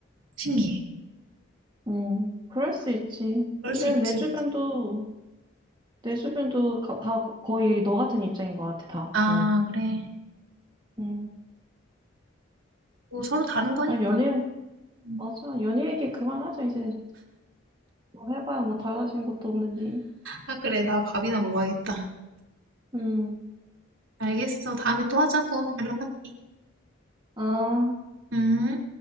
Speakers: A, on the right; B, on the right.
A: 신기해.
B: 응. 그럴 수 있지.
A: 그럴
B: 근데
A: 수 있지.
B: 내 주변도, 내 주변도 가- 다 거- 거의 너 같은 입장인 것 같아, 다.
A: 아,
B: 어.
A: 그래.
B: 응.
A: 뭐 서로 다른 거니까.
B: 아, 연애,
A: 음.
B: 맞아. 연애 얘기 그만하자, 이제. 뭐 해봐야 뭐 달라지는 것도 없는데.
A: 아, 그래. 나 밥이나 먹어야겠다.
B: 음.
A: 알겠어. 다음에 또 하자고. 연락할게.
B: 아,
A: 음.